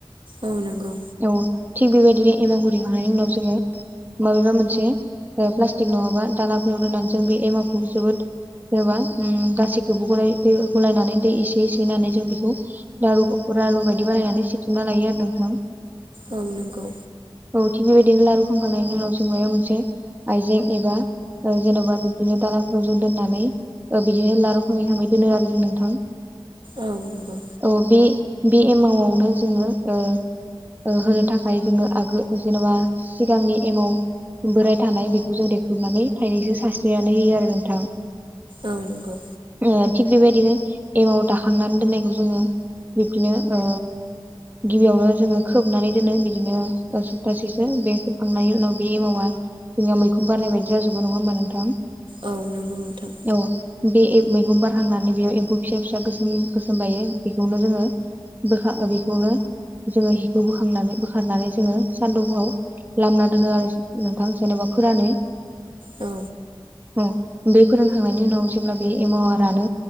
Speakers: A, on the right; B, on the right.
A: औ नोंगौ।
B: औ थिग बेबायदिनो एमावखौ देखांनायनि उनाव जोङो माबेबा मोनसे ओ प्लास्टिक नङाबा दालाफोराव दोननानै जों बे एमावखौ जोबोद जेनबा ओ गासैखौबो गलाय दै गलायनानै दै एसे एसे होननानै जों बिखौ लारु रारु बायदि बानायनानै सिथुमना लायो आरो नोंथां।
A: औ नोंगौ।
B: औ थिग बेबायदिनो लारु खामखांनायनि उनाव जों मायाव मोनसे आइजें एबा ओ जेनबा बिदिनो दालाफोराव जों दोननानै ओ बिदिनो लारु खामै खामै दोनो आरो जों नोंथां।
A: औ नंगौ
B: अ बि बि एमावआवनो जोङो ओ ओ होनो थाखाय जोङो आगो जेनेबा सिगांनि एमाव बोराय थानाय बेखौ जों देख्रुबनानै थाइनैसो सानस्रिनानै होयो आरो नोंथां।
A: औ नंगौ
B: ओ थिग बेबायदिनो एमाव दाखांनानै दोननायखौ जोङो बिब्दिनो ओ गिबियावनो जोङो खोबनानै दोनो बिदिनो ओ सप्तासेसो बे खोबखांनायनि उनाव बे एमावा जोंनिया मैखं बारनाय बायदि जाजोबो नङा होमबा नोंथां?
A: औ नंगौ नोंथां
B: औ बे ए मैगं बारहांनानै बेयाव एम्फौ फिसा-फिसा गोसोम-गोसोम बायो बेखौनो जोङो बोखा बेखौनो जोङो हिखौ बोखांनानै बोखारनानै जोङो सानदौफुआव लामना दोनो आरो नोंथां जेनेबा फोरानो।
A: औ।
B: औ बे फोरानखांनायनि उनाव जेब्ला बे एमावा रानो